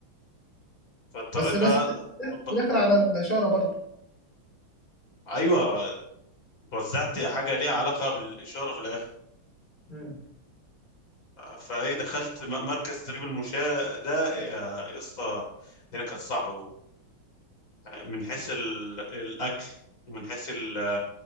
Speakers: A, on the left (about 65°); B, on the left (about 20°).
A: فاضطريت
B: بس رست
A: بقى ب...
B: في الاخر على الاشاره برضه
A: ايوه وزعت حاجة ليها علاقة بالإشارة في الآخر
B: مم.
A: فايه دخلت م- مركز تدريب المشاة ده يا يا اسطى الدنيا كانت صعبة جوه من حيث ال... الأكل ومن حيث ال...